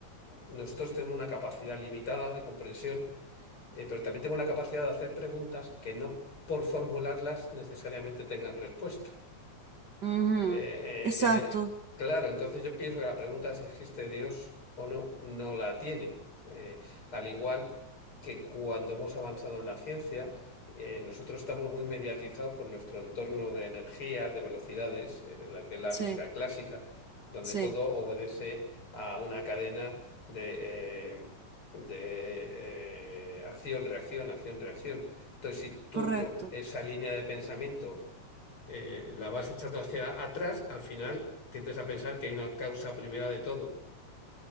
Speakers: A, on the left; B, on the right.
A: nosotros tenemos una capacidad limitada de comprensión Eh, pero también tengo la capacidad de hacer preguntas que no por formularlas necesariamente tengan respuesta.
B: Ujú,
A: Eh,
B: Exacto,
A: eh, en e- claro, entonces yo pienso que la pregunta si existe Dios o no, no la tiene. Eh, al igual que cuando hemos avanzado en la ciencia, eh, nosotros estamos muy mediatizados por nuestro entorno de energías, de velocidades, eh, la que es la
B: sí,
A: física clásica, donde
B: sí,
A: todo obedece a una cadena de, eh, de eh, acción, reacción, acción, reacción. Entonces, si tú
B: correcto,
A: con esa línea de pensamiento eh, la vas echando hacia atrás, al final tiendes a pensar que hay una causa primera de todo.